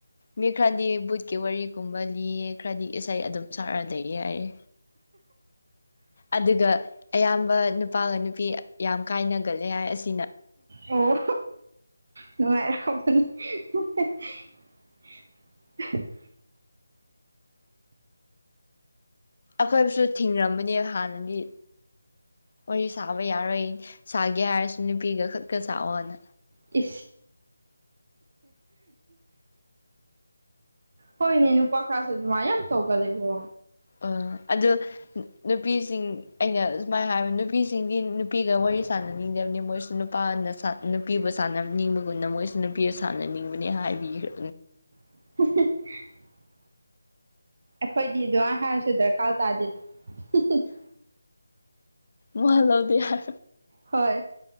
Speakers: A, on the left; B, on the right.
A: ꯃꯤꯈꯥꯗꯤ ꯕꯨꯠꯀꯤ ꯋꯥꯔꯤꯒꯨꯝꯕ ꯂꯤ ꯈꯔꯗꯤ ꯏꯁꯩ ꯑꯗꯨꯝ ꯁꯛꯔꯗ ꯌꯥꯏꯔꯦ ꯑꯗꯨꯒ ꯑꯌꯥꯝꯕ ꯅꯨꯄꯥꯒ ꯅꯨꯄꯤ ꯌꯥꯝ ꯀꯥꯏꯅꯒꯂꯦ ꯍꯥꯏ ꯑꯁ
B: ꯑꯣ ꯅꯨꯡꯉꯥꯏ ꯀꯝꯄꯅꯤ <unintelligible>
A: ꯑꯩꯈꯣꯏꯕꯨꯁꯨ ꯊꯤꯡꯔꯝꯕꯅꯦꯕ ꯍꯥꯟꯅꯒꯤ ꯋꯥꯔꯤ ꯁꯥꯕ ꯌꯥꯔꯣꯏ ꯁꯥꯒꯦ ꯍꯥꯏꯔꯁꯨ ꯅꯨꯄꯤꯒ ꯈꯠꯀ ꯁꯥꯥꯛꯑꯣꯅ
B: ꯏ ꯍꯣꯏꯅꯦ ꯅꯨꯄꯥ ꯈꯔꯁꯨ ꯑꯗꯨꯃꯥꯏꯅ ꯌꯥꯝ ꯇꯧꯒꯂꯦꯕꯣ
A: ꯑ ꯑꯗꯨ ꯅꯨꯄꯤꯁꯤꯡ ꯑꯩꯅ ꯁꯨꯃꯥꯏꯅ ꯍꯥꯏꯕ ꯅꯨꯄꯤꯁꯤꯡꯗꯤ ꯅꯨꯄꯤꯒ ꯋꯥꯔꯤ ꯁꯥꯟꯅꯅꯤꯡꯗꯕꯅꯤ ꯃꯣꯏꯁꯨ ꯅꯨꯄꯥꯅ ꯅꯨꯄꯤꯕꯨ ꯁꯥꯟꯅꯅꯤꯡꯕꯒꯨꯝꯅ ꯃꯣꯏꯁꯨ ꯅꯨꯄꯤꯗ ꯁꯥꯟꯅꯅꯤꯡꯕꯅꯦ ꯍꯥꯏꯕꯤꯈ꯭ꯔ
B: <unintelligible> ꯑꯩꯈꯣꯏꯗꯤ ꯑꯗꯨꯃꯥꯏꯅ ꯍꯥꯏꯔꯁꯨ ꯗꯔꯀꯥꯔ ꯇꯥꯗꯦꯗ
A: ꯃꯥꯜꯂ ꯂꯧꯗꯌꯥ
B: ꯍꯣꯏ